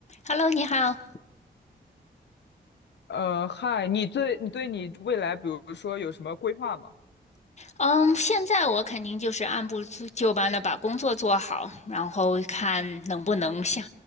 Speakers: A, on the left; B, on the left.
A: Hello，你好。
B: 呃，嗨，你对你对你未来，比如说有什么规划吗？
A: 嗯，现在我肯定就是按部就班的把工作做好，然后看能不能下